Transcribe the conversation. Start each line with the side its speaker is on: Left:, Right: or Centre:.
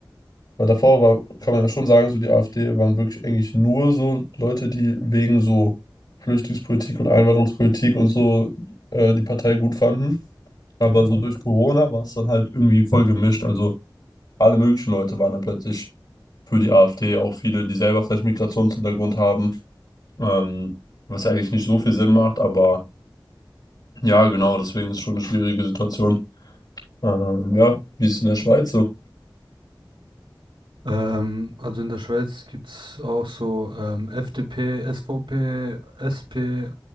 Left: Weil davor war, kann man ja schon sagen, so die AfD waren wirklich eigentlich nur so Leute, die wegen so Flüchtlingspolitik und Einwanderungspolitik und so äh, die Partei gut fanden. Aber so durch Corona war es dann halt irgendwie voll gemischt. Also alle möglichen Leute waren dann plötzlich für die AfD, auch viele, die selber vielleicht Migrationshintergrund haben, ähm, was ja eigentlich nicht so viel Sinn macht. Aber ja, genau, deswegen ist schon eine schwierige Situation. Ähm, ja, wie ist es in der Schweiz so?
Right: Ähm, also in der Schweiz gibt's auch so ähm, FDP, SVP, SP,